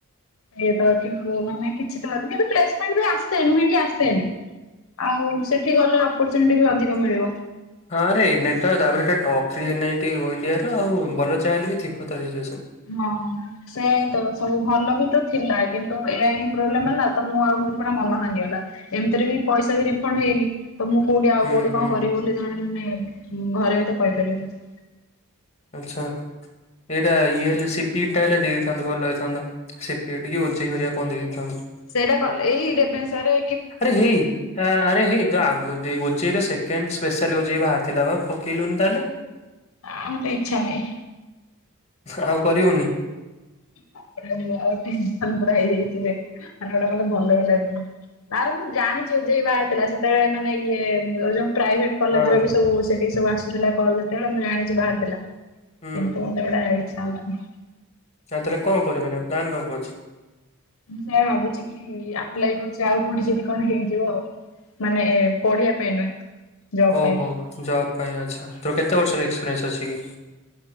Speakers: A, on the left; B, on the left.
A: ଏଟା ଅଛି ମୋମାନେ କିଛି ଭାବି ଆଉ ପ୍ଲସ୍ ମେଟ୍ନ୍ ଆସେ ନୁହେଁ କି ଆସ୍ ସେନି ଆଉ ସେଠି ଗଲେ ଅପର୍ଚୁନିଟି ବି ଅଧିକ ମିଳିବ।
B: ହଁ ରେ ନେଟ ତା ପରେ ଟପ୍ ଥ୍ରୀ ଏନିଇଟି ଓ ଇଣ୍ଡିଆ ର ଆଉ ଭଲ ଯାହାଲେ ବି ଥିବ ତା ସିଚୁଏସନ୍।
A: ହଁ ସେୟାଇ ତ ସବୁ ଭଲ ବି ତ ଥିଲା କିନ୍ତୁ ଏଇ ହିଁ ପ୍ରୋବ୍ଲେମ୍ ହେଲା। ତ ମୁଁ ଆଉ ମୋର ପୁରା ମନ ଭାଙ୍ଗିଗଲା ଏମିତିରେ ବି ପଇସା ବି ରିଫଣ୍ଡ ହେଇନି। ତ ମୁଁ କୋଉଠି ଆଉ
B: ହୁଁ
A: କୋଉଠି କଣ
B: ହୁଁ
A: କରିବି ବୋଲି ଜଣେ ମାନେ ଘରେ ବି ତ କହିପାରିବନି‌।
B: ଆଚ୍ଛା ଏଇଟା ଇଏ ହେଲେ ସିପିଟିଟା ଦେଇ ଦେଇଥାନ୍ତେ ଭଲ ହେଇଥାନ୍ତା। ସିପିଇଟି କି ଓଜେଇ ଘରିକା କଣ ଦେଇ ଦେଇଥାନ୍ତୁୁ।
A: ସେଇଟା କଲେ ଏଇ ରେଭେନ୍ ଶାରେ
B: ଆରେ ହେଇ ଆ ଆରେ ହେଇ ଦ ଆଙ୍ଗୁରିଦେଇ ଓଜେଇ ର ସେକଣ୍ଡ୍ ସ୍ପେଶାଲ୍ ଓଜେଇ ବାହାରି ଥିଲା ପା ପକେଇଲୁନି ତାହେଲେ।
A: ନାଁ ମତେ ଇଚ୍ଛା ନାହିଁ।
B: ଆଉ କରିବୁନି?
A: ଆଉ ଆଉସ ପୁରା ହେଇଯାଇଛି ଯେ ମାନେ ଗୋଟା ମତେ ଭଲ ବି ଲାଗୁନି। ଆରେ ମୁଁ ଜାଣିଛି ଓଜେଇ ବାହାରି ଥିଲା ସେତେବେଳେ ମାନେ ଇଏ ଯୋଉ ପ୍ରାଇଭେଟ୍ କଲେଜ୍
B: ହଁ।
A: ର ବି ସବୁ ସେଠିକି ସବୁ ଆସୁଥିଲା କଲ୍ ବେଳେ ମୁଁ ଜାଣିଛି ବାହାରିଥିଲା କିନ୍ତୁ
B: ହୁଁ
A: ଏଇଟା ଇଛା ହଉନି।
B: ନା ତା ହେଲେ କଣ କରିବେ ନା ପ୍ଲାନ୍ କଣ କଣ ଅଛି?
A: ମୁଁ ସେଇଆ ଭାବୁଛି କି ଆପ୍ଲାଏ କରୁଛି ଆଉ କୋଉଠି ଯିବି କଣ ହେଇଯିବ ଆଉ ମାନେ ଏ ପଢ଼ିବା ପାଇଁ ନୁହେଁ। ଜବ୍
B: ଓହୋ
A: ପାଇଁ।
B: ଜବ୍ ପାଇଁ ଆଚ୍ଛା ତୋର କେତେ ବର୍ଷର ଏକ୍ସପିରିଏନ୍ସ ଅଛି କି?